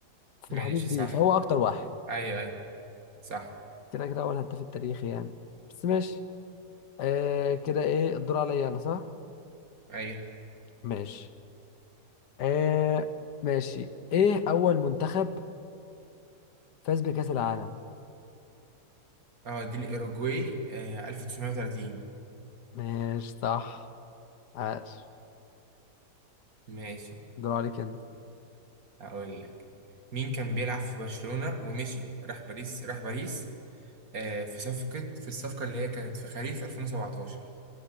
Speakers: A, on the left; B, on the right.
A: في
B: ماشي
A: الحدود دي
B: صح
A: فهو اكتر واحد
B: أي أي صح
A: كده كده اول هداف التاريخي يعني بس ماشي آه كده ايه الدور عليا انا صح
B: أي
A: ماشي آه ماشي ايه اول منتخب فاز بكأس العالم
B: اه دي الأوروجواي آه، 1930
A: ماشي صح عاش
B: ماشي
A: دور عليك انت
B: هقول لك مين كان بيلعب في برشلونة ومشي راح باريس راح باريس آه، في صفقة في الصفقة اللي هي كانت في خريف 2017